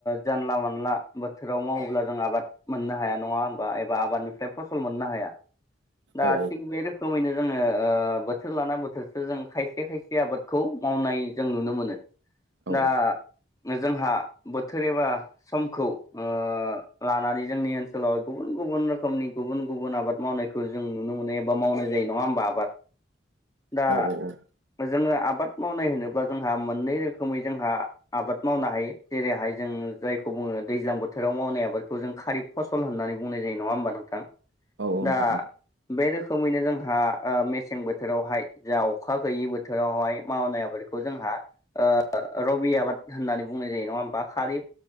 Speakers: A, on the left (about 20°); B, on the right (about 70°).
A: जानला मोनला बोथोराव मावोब्ला जों आबाद मोननो हाया नङा होमबा? एबा आबादनिफ्राय फसल मोननो हाया दा
B: औ
A: थिग बे रोखोमैनो जोङो ओ बोथोर लाना बोथोरसो जों खायसे खायसे आबादखौ मावनाय जों नुनो मोनो।
B: औ
A: दा जोंहा बोथोर एबा समखौ ओ लानानै जोंनि ओनसोलाव गुबुन गुबुन रोखोमनि गुबुन गुबुन आबाद मावनायखौ जों नुनो मोनो एबा मावनाय जायो नङा होमबा आबाद दा
B: औ औ औ
A: जोङो आबाद मावनाय होनोब्ला जोंहा मोननै रोखोमै जोंहा आबाद मावनो हायो जेरैहाय जों जायखौ बुङो दैज्लां बोथोराव मावनाय आबादखौ जों खारिब फसल होननानै बुंनाय जायो नङा होमबा नोंथां?
B: औ नोंथां
A: दा
B: औ
A: बे रोखोमैनो जोंहा मेसें ओ बोथो थोरावहाय जा अखा गैयि बोथोरावहाय मावनाय आबादखौ जोंहा ओ रबि आबाद होननानै बुंनाय जायो नङा होमबा खारि